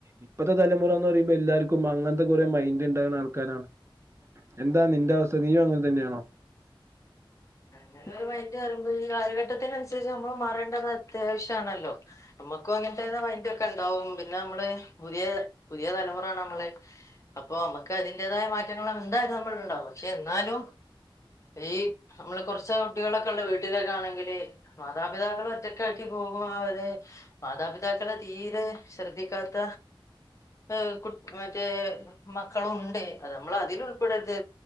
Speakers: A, on the right; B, on the left.
A: ഇപ്പത്തെ തലമുറ എന്ന് പറയുമ്പോ എല്ലാർക്കും അങ്ങന ത്തെ കുറെ മൈൻഡ് ഉണ്ടാകുന്ന ആൾക്കാരാണ് എന്താ നിന്റെ അവസ്ഥ നീയും അങ്ങന് തന്നെയാണോ?
B: അങ്ങനെ ഒരു മൈൻഡ് വരുമ്പോ ഈ കാലഘട്ടത്തിനനുസരിച്ച് നമ്മൾ മാറേണ്ടത് അത്യാവശ്യണല്ലോ നമ്മുക്കും അങ്ങനത്തെമൈൻഡ് ഒക്കെ ഉണ്ടാവും പിന്നെ നമ്മള് പുതിയ പുതിയ തലമുറയാണ് നമ്മള് അപ്പൊ നമ്മുക്ക് അതിന്റേതായ മാറ്റങ്ങൾ എന്തായാലും ഉണ്ടാവും പക്ഷെ എന്നാലും ഈ- നമ്മള് കുറച്ച് കുട്ടികളൊക്കെ ഉള്ള വീട്ടിലൊക്കെ ആണെങ്കില് മാതാപിതാക്കളെ ഒറ്റക്ക് ആക്കി പോകുമ്പോ അവര് മാതാപിതാക്കളെ തീരെ ശ്രദ്ധിക്കാത്ത ഏഹ കു മറ്റേ മക്കളുണ്ട് അത് നമ്മൾ അതില് ഉൾപ്പെടുരുത്